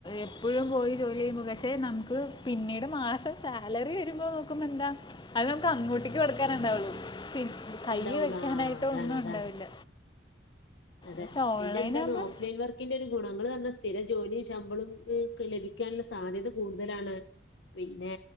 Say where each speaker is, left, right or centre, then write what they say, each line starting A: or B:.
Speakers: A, on the left; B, on the left.
A: എപ്പഴും പോയി ജോലി ചെയ്യുമ്പോ പക്ഷേ നമുക്ക് പിന്നീട് മാസം സാലറി വരുമ്പോൾ നോക്കുമ്പോൾ എന്താ അത് നമുക്ക് അങ്ങോട്ടേക്ക് കൊടുക്കാന ഉണ്ടാവുള്ളു പി കൈ
B: ഉണ്ടാവുള്ളൂ
A: വെക്കാനായിട്ട്
B: ആ അതാണ്
A: ഒന്നു
B: അതാണ്
A: ഉണ്ടാവില്ല
B: അതെ
A: പക്ഷെ ഓൺലൈനാകുമ്പോൾ
B: പിന്നെ എന്താണ് ഓഫ്ലൈൻ വർ ൻ്റെ ഒരു ഗുണങ്ങൾ എന്നുപറഞ്ഞാൽ സ്ഥിര ജോലി ശമ്പളം ഒക്കെ ലഭിക്കാനുള്ള സാധ്യത കൂടുതലാണ്. പിന്നെ